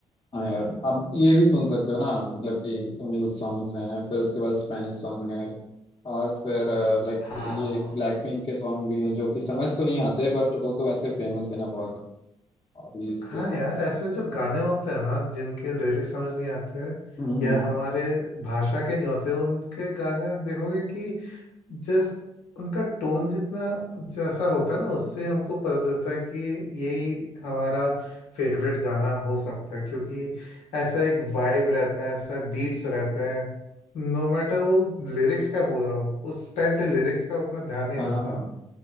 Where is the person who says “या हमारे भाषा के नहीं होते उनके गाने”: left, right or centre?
Left